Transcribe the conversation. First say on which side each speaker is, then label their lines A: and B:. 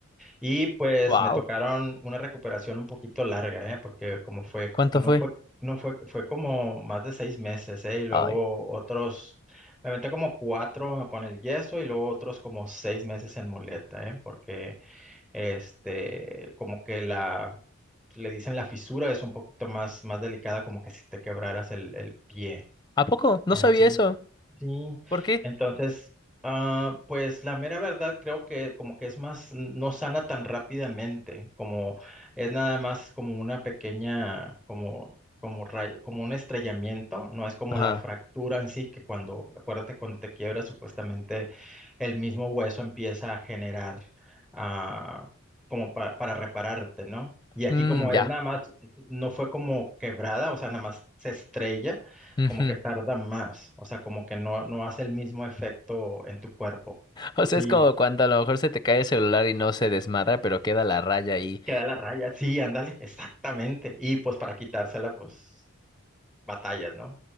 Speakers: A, in the centre; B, on the left (about 20°).
A: Y pues
B: Wow.
A: me tocaron una recuperación un poquito larga, ¿eh? Porque como fue,
B: ¿Cuánto
A: no
B: fue?
A: fue, no fue, fue como más de seis meses, ¿eh? Y luego
B: Ay.
A: otros, me aventé como cuatro con el yeso y luego otros como seis meses en muleta, ¿eh? Porque este, como que la, le dicen la fisura es un poquito más, más delicada, como que si te quebraras el, el pie
B: ¿A poco? No
A: en
B: sabía
A: sí.
B: eso.
A: Sí,
B: ¿Por qué?
A: entonces, ah, pues la mera verdad creo que como que es más, no sana tan rápidamente, como es nada más como una pequeña, como, como rayo, como un estrellamiento, no es como
B: Ajá.
A: la fractura en sí, que cuando, acuérdate, cuando te quiebras, supuestamente el mismo hueso empieza a generar, ah, como pa- para repararte, ¿no? Y aquí
B: Mm,
A: como es
B: ya.
A: nada más, no fue como quebrada, o sea, nada más se estrella
B: Ujú.
A: como que tarda más, o sea, como que no, no hace el mismo efecto en tu cuerpo.
B: O sea,
A: Sí,
B: es como cuando a lo mejor se te cae el celular y no se desmadra, pero queda la raya ahí.
A: queda la raya, sí, ándale, <laughs> exactamente. Y pues para quitársela, pues batallas, ¿no?